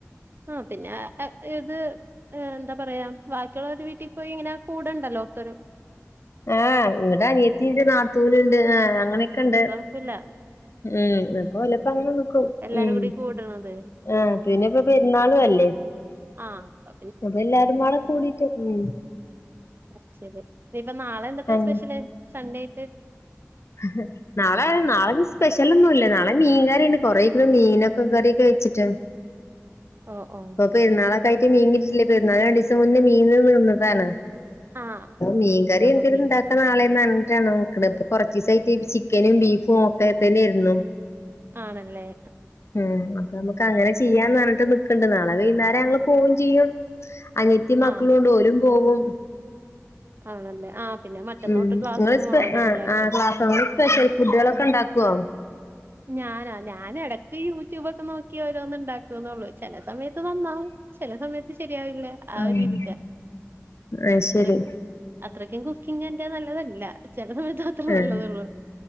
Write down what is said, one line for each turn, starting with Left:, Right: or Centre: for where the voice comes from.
Right: ആ പിന്നെ ഏത് എന്താ പറയാ ബാക്കിയുള്ള ഒരു വീട്ടിൽ പോയി ഇങ്ങനെ കൂടെണ്ടല്ലോ ഒത്തരു
Left: ആഹ് ഇവിടെ അനിയത്തിണ്ട് നാത്തൂനുണ്ട് ആ അങ്ങനെയൊക്കെ ഉണ്ട്
Right: ത്തുല്ല
Left: ഉം അപ്പൊ വല്ലപ്പോ അങ്ങനെ നിക്കും
Right: എല്ലാരും
Left: ഉം
Right: കൂടി കൂടണത്
Left: ആഹ് പിന്നെ ഇപ്പ പെരുന്നാളും അല്ലേ
Right: ആഹ് അപ്പ
Left: അപ്പൊ എല്ലാരും പാടെ കൂടിട്ട് ഉം
Right: അ ശരി ഇപ്പ നാളെ എന്തൂട്ടാ
Left: അങ്ങനെ
Right: സ്പെഷ്യല് സൺഡേ ആയിട്ട്
Left: ഉ നാളെ നാളെ സ്പെഷ്യലൊന്നും ഇല്ല നാളെ മീൻ കറിണ്ട് കൊറെക്കെ മീനൊക്കെ കറിയൊക്കെ വെച്ചിട്ട്
Right: ഓ ഓ
Left: അപ്പൊ പെരുന്നാളൊക്കായിട്ട് മീൻകിട്ടില്ലേ പെരുന്നാള രണ്ടീസം മുന്നേ മീൻ തീർന്നതാണ്
Right: ആഹ്
Left: മീൻകറി
Right: അപ്പം
Left: എന്തെങ്കിലും
Right: മീൻ
Left: ഇണ്ടാക്കാ നാളെ പറഞ്ഞിട്ടാണ് നിക്ക്ണപ്പ കുറച്ചി ദിവസായിട്ട് ചിക്കനും ബീഫും ഒക്കെ തന്നെയായിരുന്നു
Right: ആണല്ലേ?
Left: ഉംഅപ്പ ഞമ്മക്ക് അങ്ങനെ ചെയ്യാന്ന് പറഞ്ഞിട്ട് നിക്ക്ണ്ട് നാളെ വൈകുന്നേരം ഞങ്ങൾ പോവും ചെയ്യും അനത്തി മക്കളും
Right: ആഹ്
Left: ഉണ്ട് ഓലും പോവും
Right: ആണല്ലേ ആഹ് പിന്നെ മറ്റന്നോട്ട്
Left: ഉം നിങ്ങള്
Right: ക്ലാസ്സിലും
Left: സ്പ
Right: പോണോല്ലോ
Left: ആ
Right: പിള്ളേർക്ക്
Left: ആ ക്ലാസ് നോമ്പിന് സ്പെഷ്യൽ ഫുഡുകളൊക്കെ ഇണ്ടാക്കുവോ
Right: ഞാനോ ഞാന് ഇടയ്ക്ക് യൂട്യൂബൊക്കെ നോക്കി ഓരോന്ന്ഇണ്ടാക്ക ന്നുള്ളൂ ചില സമയത്ത് നന്നാവും ചില സമയത്ത് ശരിയാവില്ല ആ ഒരു
Left: ഉം
Right: രീതിക്ക
Left: അത് ശരി
Right: അ അത്രക്കും കുക്കിംഗന്റെ നല്ലതല്ല ചില സമയത്ത് മാത്രേ
Left: ആഹ്
Right: നല്ലതുള്ളൂ